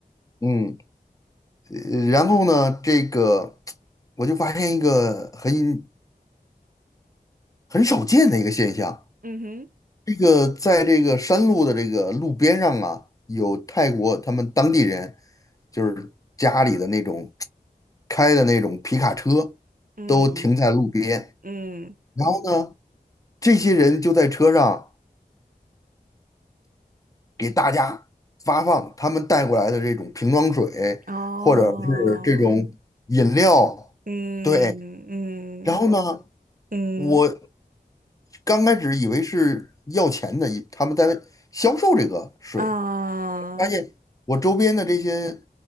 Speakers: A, on the left (about 20°); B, on the right (about 60°).
A: 嗯，呃然后呢，这个我就发现一个很很少见的一个现象。
B: 嗯哼，
A: 这个在这个山路的这个路边上啊，有泰国他们当地人，就是家里的那种开的那种皮卡车，
B: 嗯
A: 都停在路边。
B: 嗯，
A: 然后呢，这些人就在车上给大家发放他们带过来的这种瓶装水，
B: 哦，
A: 或者是这种饮料。
B: 嗯嗯。
A: 对，然后呢，
B: 嗯
A: 我刚开始以为是要钱的，以他们在销售这个水。
B: 啊，
A: 发现我周边的这些